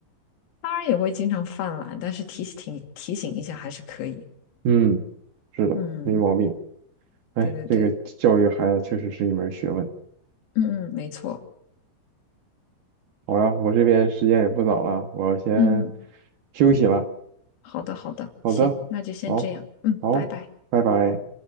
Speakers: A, on the left (about 85°); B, on the right (about 60°).
A: 当然也会经常犯懒，但是提醒提醒一下还是可以。
B: 嗯，是的，
A: 嗯，
B: 没毛病。哎，
A: 对对对，
B: 这个教育孩子确实是一门学问。
A: 嗯嗯，没错，
B: 好呀，我这边时间也不早了，我先
A: 嗯，嗯，
B: 休息了。
A: 好的好的，
B: 好的，
A: 行，那就先这样，
B: 好，
A: 嗯，
B: 好，
A: 拜拜。
B: 拜拜。